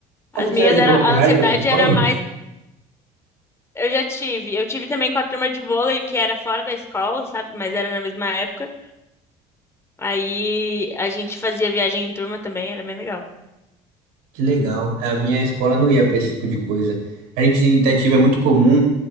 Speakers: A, on the right (about 80°); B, on the left (about 15°).
A: Ah,
B: As
A: você tiver
B: minhas
A: diploma
B: era a
A: Ferrari
B: ansiedade
A: com a sua escola?
B: era mais, eu já tive. Eu tive também com a turma de vôlei que era fora da escola, sabe, mas era na mesma época. Aí a gente fazia viagem em turma também, era bem legal.
A: Que legal. A minha escola não ia pra esse tipo de coisa. A gente em Itatiba é muito comum.